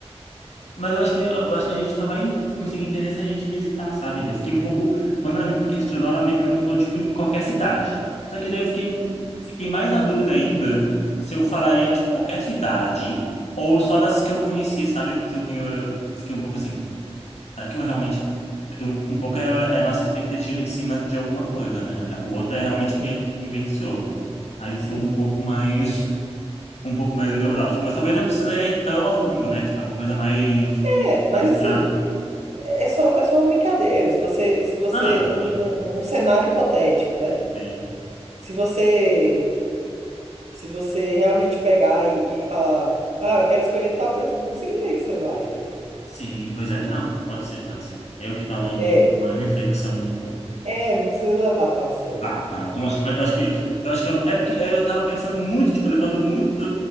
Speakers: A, on the left; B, on the right.
A: Mas eu acho que, eu acho que a gente só vai conseguir entender se a gente visitar, sabe? Eu fiquei um pouco. Quando ela me questionou, ela me perguntou, tipo, em qualquer cidade. Só que daí eu fiquei, fiquei mais na dúvida ainda se eu falaria, tipo, qualquer cidade ou só das que eu conheci, sabe? Porque eu tenho. Fiquei um pouco assim. será que eu realmente. Porque um, um pouco é, é a nossa expectativa em cima de alguma coisa, né? O outro é realmente
B: Sim,
A: o que a gente vivenciou. Aí eu
B: sim.
A: tô um pouco mais. <laughs> Um pouco mais neurótico. Mas talvez não precisaria ir tão a fundo, né? Tipo, é uma coisa mais
B: É, mas
A: abstrata.
B: assim, é só, é só uma brincadeira. Se você. Se você.
A: Ah, não, isso
B: Um,
A: sim,
B: um, um cenário hipotético, né?
A: sim.
B: Se você. Se você realmente pegar e, e falar. Ah, eu quero escolher tal pessoa. Não significa que você vai, né?
A: Sim, pois é. Não, pode ser, pode ser. É Eu que tava indo
B: É.
A: numa reflexão muito.
B: É, não precisa levar tão a sério.
A: Ah, tá. Então acho que vai, eu acho que, então acho que eu não, é porque é, eu tava pensando muito, tipo, levando muito,